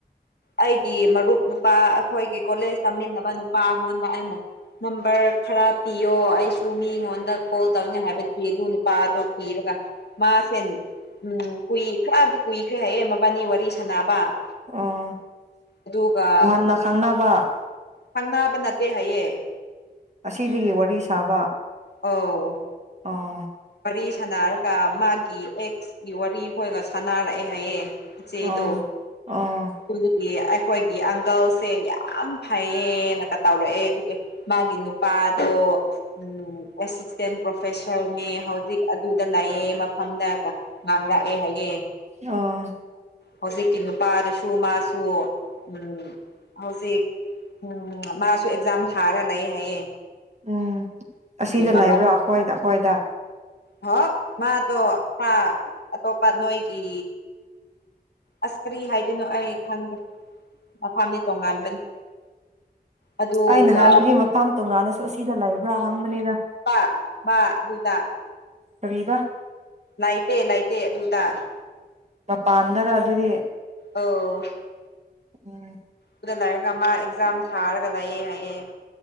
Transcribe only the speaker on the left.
ꯑꯩꯒꯤ ꯃꯔꯨꯞ ꯅꯨꯄꯥ ꯑꯩꯈꯣꯏꯒꯤ ꯀꯣꯂꯦꯖ ꯇꯝꯃꯤꯟꯅꯕ ꯅꯨꯄꯥ ꯑꯩꯉꯣꯟꯗ ꯑꯩꯅ ꯅꯝꯕꯔ ꯈꯔ ꯄꯤꯌꯣ ꯑꯩꯁꯨ ꯃꯤꯉꯣꯟꯗ ꯀꯣꯜ ꯇꯧꯅꯤ ꯍꯥꯏꯕꯗꯨ ꯑꯗꯨ ꯄꯥ ꯗꯣ ꯄꯤꯔꯒ ꯃꯥꯁꯦ ꯎꯝ ꯀꯨꯏ ꯈꯔꯗꯤ ꯀꯨꯏꯈ꯭ꯔꯦ ꯍꯥꯏꯌꯦ ꯃꯕꯥꯅꯤ ꯋꯥꯔꯤ ꯁꯥꯟꯅꯕ
ꯑꯗꯨꯒ
ꯈꯪꯅꯕ ꯅꯠꯇꯦ ꯍꯥꯏꯌꯦ
ꯑꯣ
ꯋꯥꯔꯤ ꯁꯥꯟꯅꯔꯒ ꯃꯥꯒꯤ ꯑꯦꯛꯁꯀꯤ ꯋꯥꯔꯤ ꯈꯣꯏꯒ ꯁꯥꯟꯅꯔꯛꯑꯦ ꯍꯥꯏꯌꯦ ꯆꯦꯗꯣ
ꯗꯨꯗꯨꯒꯤ ꯑꯩꯈꯣꯏꯒꯤ ꯑꯪꯀꯜꯁꯦ ꯌꯥꯝ ꯐꯩꯌꯦꯅꯒ ꯇꯧꯔꯛꯑꯦ ꯑꯗꯨꯒꯤ ꯃꯥꯒꯤ ꯅꯨꯄꯥꯗꯣ ꯎꯝ ꯑꯦꯁꯤꯁꯇꯦꯟ ꯄ꯭ꯔꯣꯐꯦꯁꯔꯅꯦ ꯍꯧꯖꯤꯛ ꯑꯗꯨꯗ ꯂꯩꯌꯦ ꯃꯐꯝꯗ ꯉꯥꯡꯂꯛꯑꯦ ꯍꯥꯏꯌꯦ
ꯍꯧꯖꯤꯛꯀꯤ ꯅꯨꯄꯥꯗꯨꯁꯨ ꯃꯥꯁꯨ ꯎꯝ ꯍꯧꯖꯤꯛ ꯎꯝ ꯃꯥꯁꯨ ꯑꯦꯛꯖꯥꯝ ꯊꯥꯔ ꯂꯩ ꯍꯥꯏꯌꯦ
ꯃꯕꯥꯅꯤ
ꯍꯣ ꯃꯥꯗꯣ ꯄꯥ ꯑꯇꯣꯞꯄ ꯅꯣꯏꯒꯤ ꯑꯁ ꯀ꯭ꯔꯤ ꯍꯥꯏꯗꯣꯏꯅꯣ ꯑꯩ ꯈꯪꯗꯦ ꯃꯐꯝꯗꯤ ꯇꯣꯉꯥꯟꯕꯅꯤ ꯑꯗꯨꯒ
ꯄꯥ ꯃꯥ ꯑꯗꯨꯗꯥ
ꯂꯥꯏꯇꯦ ꯂꯥꯏꯇꯦ ꯑꯗꯨꯇ
ꯑꯧ
ꯗꯨꯗ ꯂꯥꯏꯔꯒ ꯃꯥ ꯑꯦꯛꯖꯥꯝ ꯊꯥꯔꯒ ꯂꯥꯏꯑꯦ ꯍꯥꯏꯌꯦ